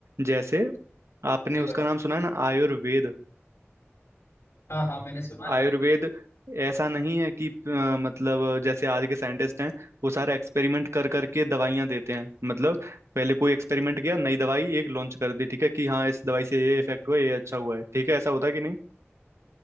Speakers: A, on the right; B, on the left.
A: जैसे आपने
B: जी
A: उसका
B: भाई
A: नाम सुना है ना आयुर्वेद
B: हाँ हाँ मैंने सुना है
A: आयुर्वेद
B: आयुर्वेद
A: ऐसा नहीं है कि अ, मतलब जैसे आज के साइंटिस्ट हैं वो सारा एक्सपेरिमेंट कर करके दवाइयां देते हैं मतलब पहले कोई एक्सपेरिमेंट किया नई दवाई एक लॉन्च कर दी ठीक है कि हाँ इस दवाई से ये इफेक्ट हुआ ये अच्छा हुआ है ठीक है ऐसा होता है कि नहीं